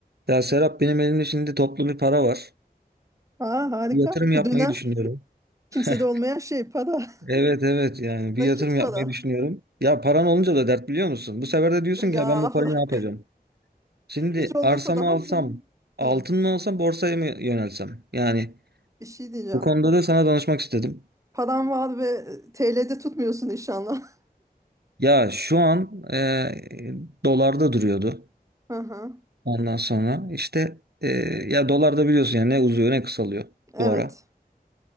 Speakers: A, on the right (about 85°); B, on the right (about 20°).
A: Ya Serap benim elimde şimdi toplu bir para var.
B: Aa, harika.
A: Bir yatırım
B: Bu
A: yapmayı
B: dönem
A: düşünüyorum.
B: kimsede
A: <laughs>
B: olmayan şey para. <laughs>
A: Evet evet yani
B: Nakit
A: bir yatırım yapmayı
B: para.
A: düşünüyorum. Ya paran olunca da dert biliyor musun? Bu sefer de diyorsun
B: Ya
A: ki ya ben bu parayı
B: bırak.
A: ne yapacağım? Şimdi
B: Hiç olmasa
A: arsamı
B: daha
A: alsam,
B: mı iyi?
A: altın
B: Hı,
A: mı alsam, borsaya mı yönelsem? Yani
B: bir şey diyeceğim.
A: bu konuda da sana danışmak istedim.
B: Paran var ve TL'de tutmuyorsun inşallah.
A: Ya şu an e, dolarda duruyordu.
B: <laughs> Hı hı.
A: Ondan sonra işte e, ya dolarda biliyorsun yani ne uzuyor ne kısalıyor
B: Evet.
A: bu ara.